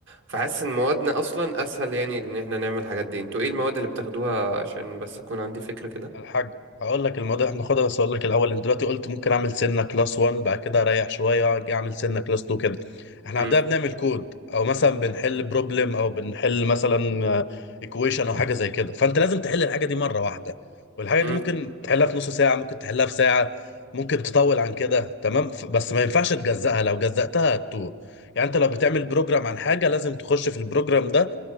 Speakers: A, on the right (about 60°); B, on the left (about 55°).
A: فحاسس ان موادنا اصلا اسهل يعني ان احنا نعمل الحاجات دي انتوا ايه المواد اللي بتاخدوها عشان بس اكون عندي فكرة كده
B: الحاج هقول لك الموضوع احنا ناخدها بس اقول لك الاول انت دلوقتي قلت ممكن اعمل سنه كلاس 1 بعد كده اريح شويه اجي اعمل سنه كلاس 2 كده احنا
A: امم
B: عندنا بنعمل كود او مثلا بنحل بروبلم او بنحل مثلا ايكويشن او حاجه زي كده فانت لازم تحل الحاجه دي مره واحده والحاجه
A: امم
B: دي ممكن تحلها في نص ساعه ممكن تحلها في ساعه ممكن تطول عن كده تمام ف- بس ما ينفعش تجزأها لو جزأتها هتتوه يعني انت لو بتعمل بروجرام عن حاجه لازم تخش في البروجرام ده